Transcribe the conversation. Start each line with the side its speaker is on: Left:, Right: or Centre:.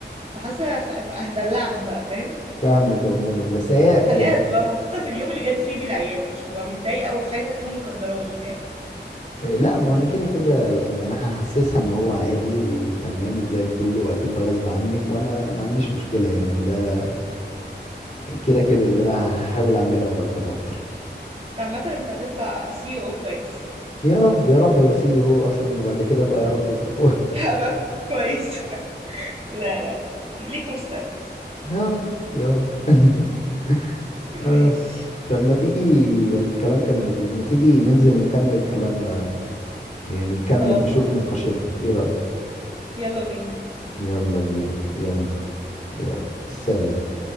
Right: فحاسه خ- هدلعها بقى فاهم
Left: فاهمك عموما بس هي
Right: خليها
Left: يعني
Right: تبقى مبسوطه في اليوم اللي جت فيه بالعيال مش تبقى متضايقه وخايفه تكون مقدراني فاهم
Left: لا ما انا كده كده يعني انا هحسسها ان هو عادي وتمام وزي الفل واكيد ده غصب عنك وانا ما عنديش مشكله يعني ده يعني كده كده ده انا هحاول اعمله على قد ما اقدر
Right: بس عامه انت هتطلع سي او كويس
Left: يا رب يا رب بسيبه هو اصلا وبعد كده بقى يا رب بقى كويس
Right: <laughs> هبقى كويس <laughs> لا لا ليك مستقبل
Left: <laughs> يا رب يا رب <laughs>
Right: <laughs>
Left: آه.
Right: ماشي
Left: طب ما تيجي يعني الكلام كان لذيذ ما تيجي ننزل نكمل كلامنا يعني نكمل
Right: خلاص
Left: نشوف النقاشات دي ايه رايك
Right: يلا بينا
Left: يلا بينا يلا يلا سلام